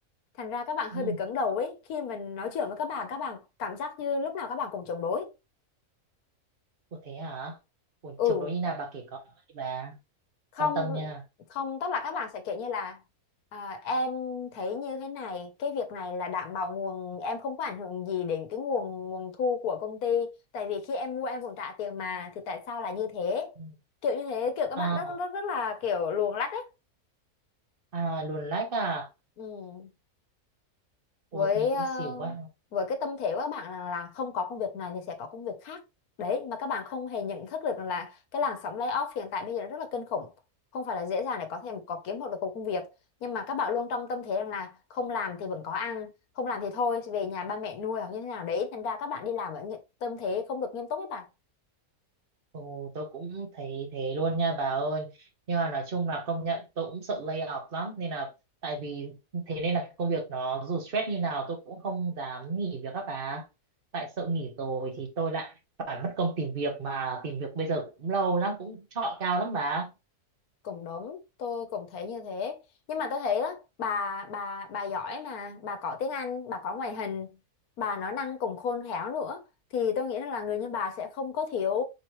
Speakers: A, on the left (about 80°); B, on the right (about 40°).
A: thành ra các bạn hơi
B: Ừ.
A: bị cứng đầu ấy khi mình nói chuyện với các bạn các bạn cảm giác như lúc nào các bạn cũng chống đối
B: Ủa thế hả? Ủa
A: ừ
B: chồng đối như nào bà kể có bà
A: không
B: quan tâm nha.
A: không tức là các bạn sẽ kiểu như là à, em thấy như thế này cái việc này là đảm bảo nguồn em không có ảnh hưởng gì đến cái nguồn nguồn thu của công ty tại vì khi em mua em cũng trả tiền mà thì tại sao là như thế
B: Ừ.
A: kiểu như thế kiểu các
B: Ờ.
A: bạn rất rất rất là kiểu luồng lách ấy
B: À luồn lách à
A: ừ.
B: Ôi
A: với
B: nghe
A: ờ,
B: cũng xỉu quá
A: với cái tâm thế của các bạn là, là không có công việc này thì sẽ có công việc khác đấy mà các bạn không hề nhận thức được rằng là cái làn sóng layoff hiện tại bây giờ nó rất là kinh khủng không phải là dễ dàng để có thể có kiếm một được một công việc nhưng mà các bạn luôn trong tâm thế rằng là không làm thì vẫn có ăn không làm thì thôi về nhà ba mẹ nuôi hoặc như thế nào đấy thành ra các bạn đi làm ở những tâm thế không được nghiêm túc ấy bạn
B: Ồ tôi cũng thấy thế luôn nha bà ơi Nhưng mà nói chung là công nhận tôi cũng sợ lay off lắm Nên là tại vì thế nên là công việc nó dù stress như nào tôi cũng không dám nghỉ việc các bà Tại sợ nghỉ rồi thì tôi lại phải mất công tìm việc Mà tìm việc bây giờ cũng lâu lắm cũng chọi cao lắm bà
A: cũng đúng tôi cũng thấy như thế nhưng mà tôi thấy đó bà bà bà giỏi mà bà có tiếng Anh bà có ngoại hình bà nói năng cũng khôn khéo nữa thì tôi nghĩ rằng là người như bà sẽ không có thiếu